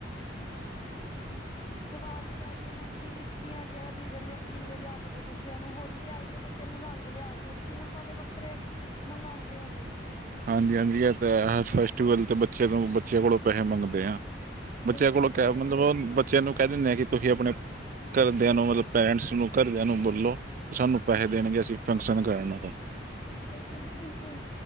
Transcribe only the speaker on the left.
ਦੀਵਾਲੀ ਆਈ ਆ ਹਾਂਜੀ, ਇੱਕੀਆਂ-ਗਿਆਰਾਂ ਦੀਵੇ ਲਿਆ ਦੀਵੇ ਲਿਆ ਕੇ ਦਿਓ ਬੱਚਿਆਂ ਨੂੰ ਹੋਲੀ ਆਈਏ ਬੱਚ ਬੱਚੇ ਨੂੰ ਰੰਗ ਲਿਆ ਕੇ ਦਿਓ ਸਕੂਲ ਵਾਲੇ ਵੱਖਰੇ ਮੰਗਾਂਦੇ ਹੈਗੇ ਐ।
ਬਿਲਕੁਲ
ਬਿਲਕੁਲ।
ਬਿਲਕੁਲ ਜੀ ਬਿਲਕੁਲ,